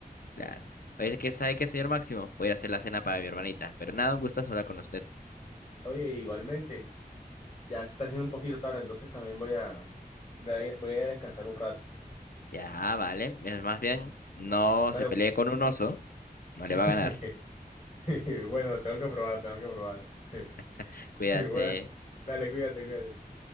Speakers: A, on the left; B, on the left.
A: claro. Oye, ¿qué sabe qué, señor Máximo? Voy a ir a hacer la cena para mi hermanita, pero nada, un gustazo hablar con usted.
B: Oye, igualmente, ya se está haciendo un poquito tarde, entonces también voy a, voy a voy a descansar un rato.
A: Ya, vale, es más bien, no
B: Dale,
A: se pelee con un oso, no le va
B: <laughs>
A: a ganar.
B: Bueno, tengo que probar, tengo que probar. <laughs>
A: <laughs> Cuídate.
B: Bueno, dale, cuídate, cuídate.